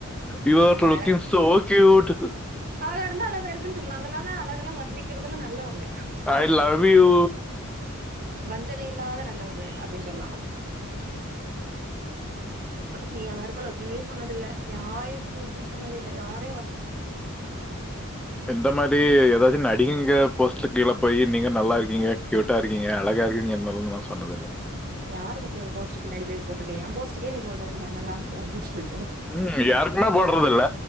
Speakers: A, in the centre; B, on the right (about 45°).
A: யுவர்
B: என் மலையழக
A: லுக்கிங் சோ க்யூட்
B: அழகா இருந்தா அழகா இருக்குன்னு சொல் அங்கலாந்தா அழகெல்லா வர்ணிக்கிறதெல்லா நல்லவங்க
A: ஐ லவ் யூ
B: வஞ்சன இல்லாத நல்லவர்கள் அப்டின்னு சொல்லா நீ யாருக்கு லவ் யூ வே சொன்னதில்ல யாரயு க்யூட்ன்னு சொன்னது இல்ல யார்
A: இந்த மாரி ஏதாச்சு இங்க போஸ்ட்டு கீழ போய் நீங்க நல்லா இருக்கீங்க க்யூட்டா இருக்கீங்க அழகா இருக்கீங்கனு சொல்ணுமா சொன்னது இல்ல
B: யாருக்கு பே போஸ்டுக்கு பின்னடி போட்டுயிருக்க என் போஸ்டுக்கே நீ போட்டதுல்ல நல்லாருக்கே அப்டின்னு சொல்
A: ம் யாருக்குமே போட்றது இல்ல